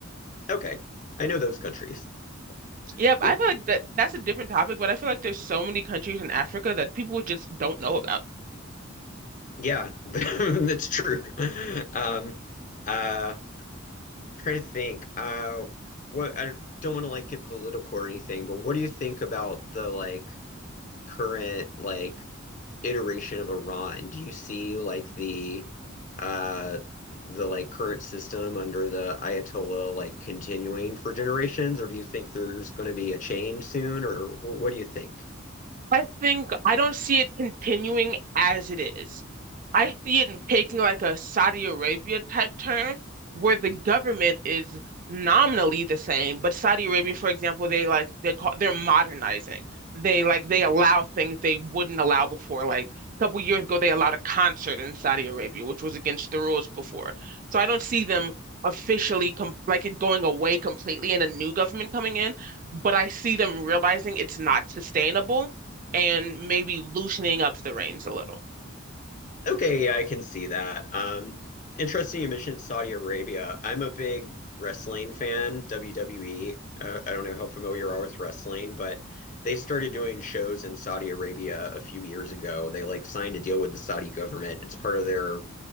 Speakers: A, on the left; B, on the right.
A: Okay. I know those countries.
B: Yeah, but
A: Cool.
B: I feel like that that's a different topic, but I feel like there's so many countries in Africa that people just don't know about.
A: Yeah, <laughs> that's true. Um, uh, trying to think. Uh, what I don't want to like get political or anything, but what do you think about the like current like iteration of Iran? Do you see like the uh the like current system under the Ayatollah like continuing for generations, or do you think there's going to be a change soon, or wh- what do you think?
B: I think I don't see it continuing as it is. I see it taking like a Saudi Arabia type turn where the government is nominally the same, but Saudi Arabia, for example, they like they call they're modernizing. They like they allow things they wouldn't allow before. Like a couple years ago, they allowed a concert in Saudi Arabia, which was against the rules before. So I don't see them officially com like it going away completely and a new government coming in, but I see them realizing it's not sustainable and maybe loosening up the reins a little.
A: Okay, yeah, I can see that. Um, interesting you mentioned Saudi Arabia. I'm a big wrestling fan, WWE. Uh, I don't know how familiar you are with wrestling, but they started doing shows in Saudi Arabia a few years ago. They like signed a deal with the Saudi government. It's part of their